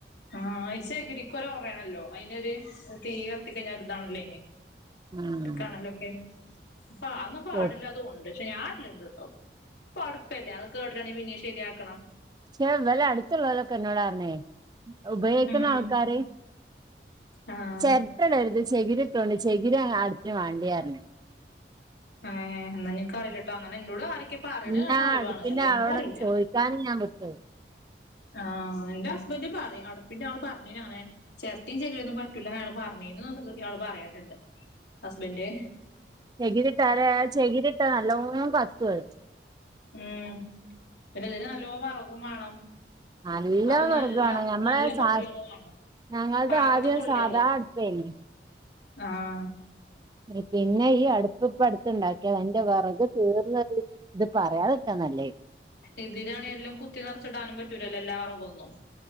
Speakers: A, on the left; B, on the right.
A: ആഹ് ചകിരിക്ക് ഒരു ഒറയണല്ലോ അയിനൊരു തീ കത്തിക്കഴിഞ്ഞ ഒരു ഇതാണല്ലോ അയിന്.
B: ആഹ്
A: കണല്ലോക്കെ അപ്പ അതൊന്നും പാടില്ല
B: പക്ഷെ
A: തോന്നുണ്ട് പക്ഷെ ഞാന് ഇടലുണ്ട്. ഓ, പടപ്പെല്ല, അത് കേട്ടണെ, പിന്നേം, ശരിയാക്കണം
B: ക്ഷേ വെല് അടുത്തുള്ളോലൊക്ക എന്നോടാർന്നേ ഉപയോഗിക്കുന്ന
A: ഉം
B: ആൾക്കാര്
A: ആഹ്
B: ചെരട്ട എടേരുത് ചെവീര ഇട്ടോണ്ട് ചെവിര ആ അടുപ്പിന് വാണ്ടിയാർന്ന്
A: ഏഹ് എന്നാനിക്കറിയില്ലേട്ടാ അങ്ങനെ എന്നോട് ആരക്കെ പറയണ
B: പിന്നെ
A: കേട്ടറിവാണ്
B: അടുപ്പിന്റെ
A: അല്ലേ എനിക്കറിയില്ല
B: ആളോടൊന്ന് <unintelligible>
A: ആ എന്റ ഹസ്ബൻഡ് പറയും അടുപ്പിന്റാള് പറഞ്ഞിനാങണെ ചെരട്ടിം ചെക്കിരേന്നും പറ്റൂലാന്ന് യാള് പറഞ്ഞീന്ന് ഇയാള് പറയലിണ്ട്. ഹസ്ബന്റെ
B: ചെകിരിട്ടാരാ ചെകിരിട്ടാ നല്ലോണം കത്തുവത്
A: ഉം പിന്നെ ഇതിന് നല്ലോം വറകും വാണം.
B: നല്ല
A: അതും
B: വെറകാണം
A: നല്ല
B: ഞമ്മളെ
A: നല്ല
B: സാ
A: കൊള്ളികള് വാണം
B: ഞങ്ങൾത്
A: പാകത്തെ
B: ആദ്യം
A: കൊള്ളികള്
B: സാധാ അടുപ്പേന്.
A: ആഹ്
B: എ പിന്നെ ഈ അടുപ്പിപ്പ അടുത്ത് ഇണ്ടാക്കിയതാ എന്റ വെറക് തീർന്നത് ഇത് പറയാതെക്കാ നല്ലേ
A: എതിലണ് എല്ലാം കുത്തി നെറച്ചിടാനും പറ്റൂലല്ല എല്ലാവെറകും ഒന്നും.